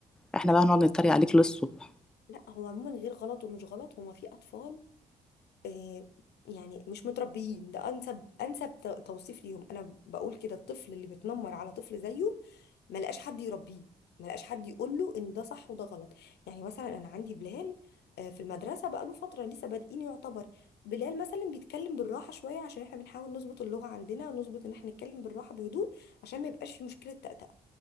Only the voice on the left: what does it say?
لا هو عموما غير غلط ومش غلط هما في اطفال آه، يعني مش متربيين ده انسب انسب ت- توصيف ليهم انا بقول كده الطفل اللي بيتنمر على طفل زيه ما لقاش حد يربيه ما لقاش حد يقول له ان ده صح وده غلط يعني مثلا انا عندي بلال آه، في المدرسه بقى له فتره لسه بادئين يعتبر بلال مثلا بيتكلم بالراحه شويه عشان احنا بنحاول نظبط اللغه عندنا نظبط ان احنا نتكلم بالراحه بهدوء عشان ما يبقاش في مشكله تأتأة